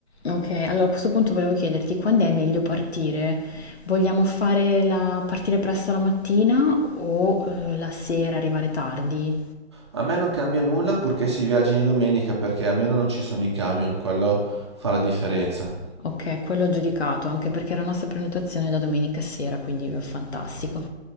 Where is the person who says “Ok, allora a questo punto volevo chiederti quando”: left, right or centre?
Left